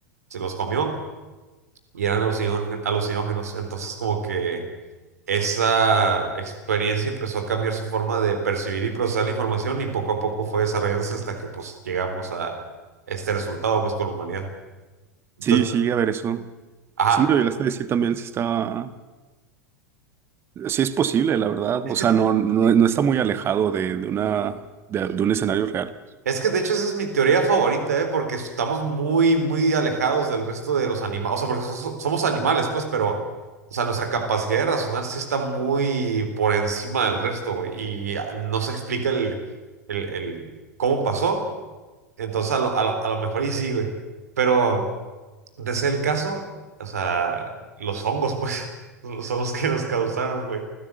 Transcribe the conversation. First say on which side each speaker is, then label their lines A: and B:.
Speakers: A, on the right; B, on the right.
A: se los comió y eran alucinó- alucinógenos. Entonces, como que esa experiencia empezó a cambiar su forma de percibir y procesar la información y poco a poco fue desarrollándose hasta que pues llegamos a este resultado pues con la humanidad. Entonces,
B: Sí, sí, a ver eso.
A: ajá,
B: Sí me lo llegaste a decir también si está, si es posible, la verdad.
A: es
B: O
A: que,
B: sea, no, no, no está muy alejado de, de una, de, de un escenario real.
A: es que de hecho esa es mi teoría favorita, ¿eh? Porque estamos muy, muy alejados del resto de los animales, o sea, porque so- so-, somos animales pues, pero, o sea, nuestra capacidad de razonar sí está muy por encima del resto, güey, y ah, no se explica el, el, el cómo pasó. Entonces, a lo, a lo, a lo mejor y sí, güey. Pero... de ser el caso, o sea, los hongos, pues, <laughs> son son los que nos causaron, güey.